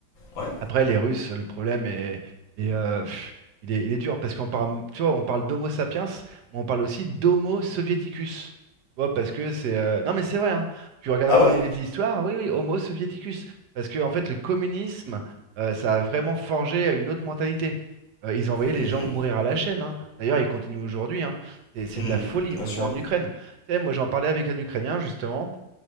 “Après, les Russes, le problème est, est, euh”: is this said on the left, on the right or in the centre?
Right